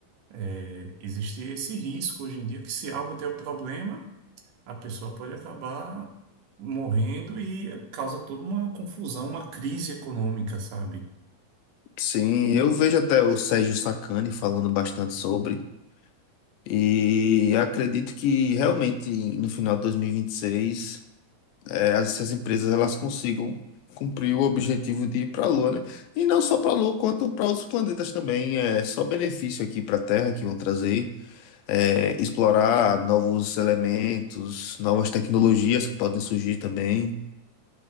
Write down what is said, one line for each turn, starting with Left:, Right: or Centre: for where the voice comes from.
Right: eh, existe esse risco hoje em dia que se algo der problema, a pessoa pode acabar morrendo e causa toda uma confusão, uma crise econômica, sabe?
Left: sim, eu vejo até o Sérgio Sacani falando bastante sobre, e acredito que realmente no final de dois mil e e vinte e seis é, as, as empresas elas consigam cumprir o objetivo de ir para a Lua, né? E não só para a Lua, quanto para outros planetas também. É só benefício aqui para a Terra que vão trazer. É, explorar novos elementos, novas tecnologias que podem surgir também.